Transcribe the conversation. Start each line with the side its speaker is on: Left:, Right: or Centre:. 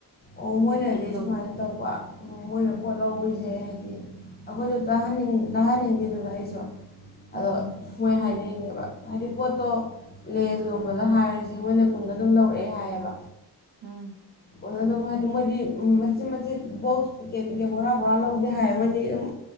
Left: ꯑꯣ ꯃꯣꯏꯅꯗꯤ
Right: ꯑꯗꯨꯒ
Left: ꯁꯨꯃꯥꯏꯅ ꯇꯧꯕ ꯃꯣꯏꯅ
Right: ꯎꯝ
Left: ꯄꯣꯠ ꯂꯧꯕꯁꯦ ꯗꯤ ꯑꯩꯈꯣꯏꯁꯨ ꯇꯥꯍꯟꯅꯤꯡ ꯇꯥꯍꯟꯅꯤꯡꯗꯦꯗꯅ ꯑꯩꯁꯨ
Right: ꯎꯝ
Left: ꯑꯗꯣ ꯃꯣꯏ ꯍꯥꯏꯅꯩ ꯅꯦꯕ ꯍꯥꯏꯗꯤ ꯄꯣꯠꯇꯣ ꯂꯦꯖꯒꯨꯝꯕꯗ ꯍꯥꯏꯔꯤꯁꯤ ꯃꯣꯏꯅ ꯀꯨꯟꯗ ꯑꯗꯨꯝ ꯂꯧꯔꯛꯑꯦ ꯍꯥꯏꯌꯦꯕ
Right: ꯎꯝ
Left: ꯀꯣꯅ ꯑꯗꯨꯝ ꯍꯥꯏꯗꯤ ꯃꯣꯏꯗꯤ ꯃꯆꯤꯠ ꯃꯆꯤꯠ ꯕꯣꯛꯁ ꯄꯦꯛꯀꯦꯠ ꯄꯦꯛꯀꯦꯠ ꯕꯣꯔꯥ ꯕꯣꯔꯥ ꯂꯧꯗꯦ ꯍꯥꯏ ꯃꯣꯏꯗꯤ ꯑꯗꯨꯝ